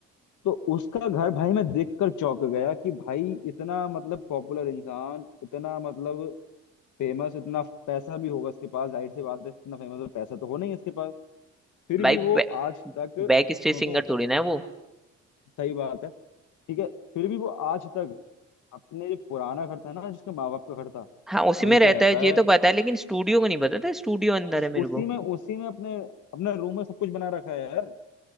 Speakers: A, on the left (about 80°); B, in the centre.
A: तो उसका घर भाई मैं देखकर चौंक गया कि भाई इतना मतलब पॉपुलर इंसान इतना मतलब फेमस इतना पैसा भी होगा इसके पास जाहिर सी बात है इतना फेमस और पैसा तो हो नहीं इसके पास फिर
B: भाई
A: भी वो
B: बै,
A: आज तक
B: बैक स्टेज
A: सुनो तो
B: सिंगर थोड़ी ना है वो
A: सही बात है ठीक है फिर भी वो आज तक अपने जो पुराना घर था ना जिसके माँ बाप का घर था
B: हाँ उसी
A: वहीं
B: में
A: पे
B: रहता
A: रहता
B: है ये
A: है
B: तो पता है लेकिन स्टूडियो को नहीं पता था स्टूडियो अंदर
A: उसी
B: है मेरे
A: उसी
B: को
A: में उसी में अपने अपने रूम में सब कुछ बना रखा है यार